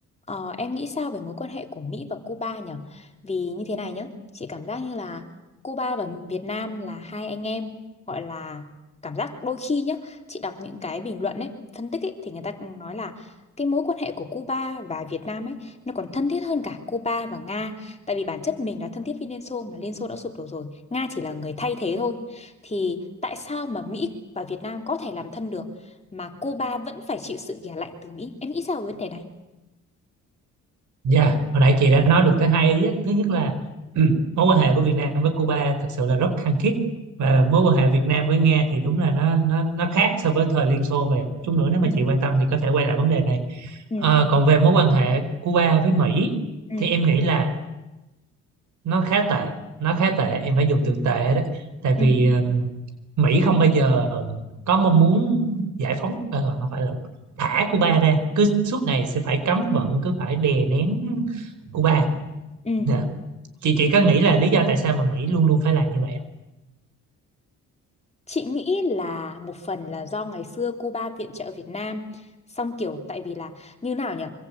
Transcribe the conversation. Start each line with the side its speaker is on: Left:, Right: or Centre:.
Left: Ờ, em nghĩ sao về mối quan hệ của Mỹ và Cuba nhỉ? Vì như thế này nhá, chị cảm giác như là Cuba và Việt Nam là hai anh em, gọi là cảm giác đôi khi nhá, chị đọc những cái bình luận ấy, phân tích ấy thì người ta cũng nói là cái mối quan hệ của Cuba và Việt Nam ấy nó còn thân thiết hơn cả Cuba và Nga, tại vì bản chất mình là thân thiết với Liên Xô mà Liên Xô đã sụp đổ rồi, Nga chỉ là người thay thế thôi. Thì tại sao mà Mỹ và Việt Nam có thể làm thân được mà Cuba vẫn phải chịu sự ghẻ lạnh từ Mỹ? Em nghĩ sao về vấn đề này?
Right: Dạ, hồi nãy chị đã nói được tới hai ý á. Thứ nhất là <clears throat> mối quan hệ của Việt Nam với Cuba thật sự là rất khăng khít và mối quan hệ Việt Nam với Nga thì đúng là nó nó nó khác so với thời Liên Xô và chút nữa nếu mà
Left: ừ
Right: chị quan tâm thì có thể quay lại vấn đề này.
Left: ừ
Right: Ờ, còn về mối quan hệ Cuba với Mỹ
Left: ừ
Right: thì em nghĩ là nó khá tệ, nó khá tệ, em phải dùng từ tệ đấy. Tại
Left: ừ
Right: vì ừm, Mỹ không bao giờ có mong muốn giải phóng ờ, không phải là thả Cuba ra, cứ suốt ngày sẽ phải cấm vận, cứ phải đè nén Cuba.
Left: ừ.
Right: Dạ chị chị có nghĩ là lý do tại sao mà Mỹ luôn luôn phải làm như vậy không?
Left: Chị nghĩ là một phần là do ngày xưa Cuba viện trợ Việt Nam xong kiểu tại vì là như nào nhỉ